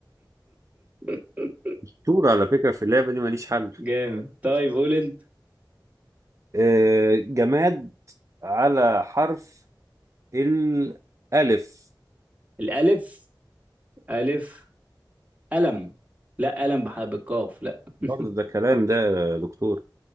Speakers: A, on the right (about 20°); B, on the right (about 40°).
A: <laughs>
B: شطور على فكرة في اللعبة دي ماليش حل
A: جامد طيب قول انت
B: آه جماد على حرف الألف
A: الالف الف قلم لا قلم بح- بالقاف لا <laughs>
B: برضه ده كلام ده يا دكتور